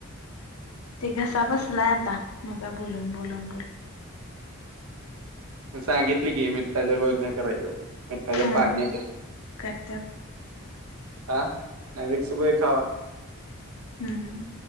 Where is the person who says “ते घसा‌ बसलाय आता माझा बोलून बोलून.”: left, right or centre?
Left